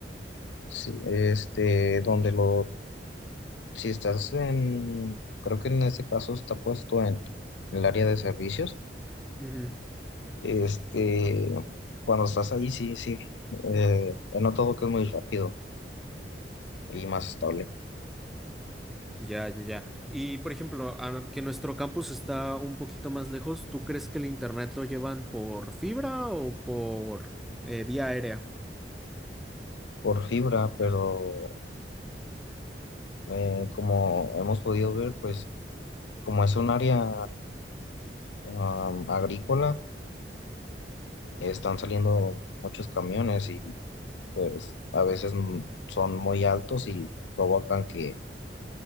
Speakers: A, on the left (about 85°); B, in the centre.
A: sí, este, donde lo, si estás en, creo que en este caso está puesto en, en el área de servicios,
B: Ujú.
A: este, cuando estás ahí, sí, sí, eh, he notado que es muy rápido y más estable
B: Ya, ya, ya. Y por ejemplo, a- que nuestro campus está un poquito más lejos, ¿tú crees que el internet lo llevan por fibra o por eh, vía aérea?
A: por fibra, pero eh, como hemos podido ver, pues como es un área um, agrícola, están saliendo muchos camiones y pues a veces mm, son muy altos y provocan que